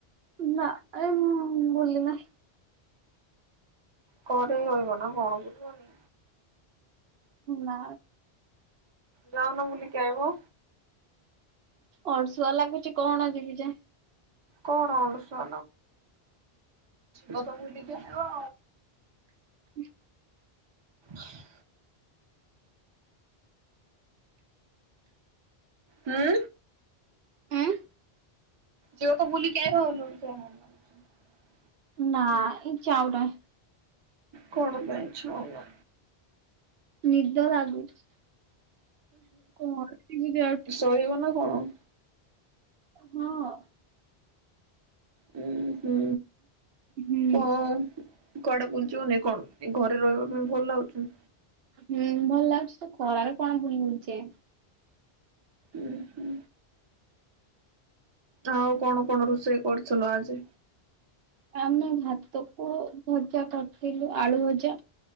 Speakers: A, on the right; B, on the right.
A: ନା ଏ ମୁଁ ଭୁଲି ନାହିଁ।
B: ଘରେ ରହିବ ନା କଣ ବୁଲିବନି?
A: ନା।
B: ଯାଉନ ବୁଲିକି ଆାଇବ।
A: ଅଳସୁଆ ଲାଗୁଛି କଣ ଯିବି ଯେ।
B: କଣ ଅନୁଷ ହଁ ତ ବୁଲିକି ଆସିବ।
A: ହ
B: ହ <inaudible> ହୁଁ।
A: ଆଁ।
B: ଯଉ କ ବ ବୋଲିଲି କେ ହୁ <unintelligible>
A: ନା ଇଁ ଯାଉନି ଆଉ।
B: କଣ ପାଇଁ ଯାଉନି?
A: ନିଦ ଲାଗୁଛି। କଣ ଯିବି ଯାଉଛି
B: ଶୋଇବ ନା କଣ? କଣ?
A: ହଁ।
B: ହୁଁ। ହୁଁ
A: ହୁଁ।
B: କାହା। କୁଆଡେ ବୁଲଯିବନି କି କଣ ଏ ଘରେ ରହିବା ପାଇଁ ଭଲ ଲାଗୁଛି।
A: ହୁଁ ଭଲ ଲାଗୁଛି ତ ଖରାରେ କଣ ବୁଲିବି ଯେ।
B: ଊ ହଁ। ଆଉ କଣ କଣ ରୋଷେଇ କରିଥିଲ ଆଜି?
A: ଆମେ ଭାତ କୁ ଭଜା କରିଥିଲୁ ଆଳୁ ଭଜା।